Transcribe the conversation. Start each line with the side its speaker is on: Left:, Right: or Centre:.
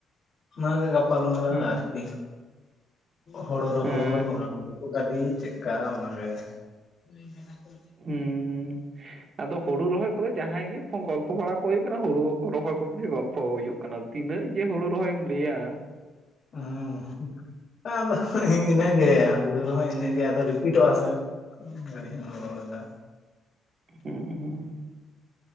Left: ᱚᱱᱟᱜᱮ ᱜᱟᱯᱟᱞ ᱢᱟᱨᱟᱣ
Right: ᱦᱮᱸ
Left: ᱟᱨᱠᱤ ᱦᱳᱲᱳ ᱨᱚᱦᱚᱭ
Right: ᱦᱮᱸ
Left: ᱵᱚᱸᱜᱟ ᱤᱫᱤ ᱦᱚᱴᱚ ᱠᱟᱫᱮᱭᱟᱹᱧ ᱪᱮᱫᱠᱟ ᱚᱱᱟ ᱜᱮ ᱦᱮᱸ ᱞᱮᱫᱟ ᱠᱚ
Right: ᱦᱩᱸ ᱟᱫᱚ ᱦᱳᱲᱳ ᱨᱚᱦᱚᱭ ᱠᱚᱫᱚ ᱡᱟᱦᱟᱸᱭ ᱜᱮ ᱜᱚᱞᱯᱷᱚ ᱵᱟᱲᱟ ᱠᱚ ᱦᱳᱭᱳᱜ ᱠᱟᱱᱟ ᱦᱳᱲᱳ ᱠᱚ ᱨᱚᱦᱚᱭ ᱠᱚᱜᱮ ᱜᱚᱞᱯᱷᱚ ᱦᱳᱭᱳᱜᱼᱼ ᱚᱱᱟ ᱛᱤᱱᱟᱹᱜ ᱡᱮ ᱦᱳᱲᱳ ᱨᱚᱦᱚᱭᱢ ᱞᱟᱹᱭᱟ᱾
Left: ᱦᱚᱸ ᱟᱫᱚ ᱦᱤᱸᱦᱤ ᱤᱱᱟᱹᱜ ᱜᱮ ᱦᱩᱲᱩ ᱨᱚᱦᱚᱭ ᱤᱱᱟᱹᱜ ᱜᱮ ᱟᱫᱚ ᱨᱤᱯᱤᱴᱚᱜ-ᱟ ᱥᱮ᱾ ᱠᱚᱢ ᱜᱷᱟᱹᱲᱤᱡ ᱮᱢ ᱨᱚᱲᱫᱟ᱾
Right: ᱦᱩᱸ ᱦᱩᱸ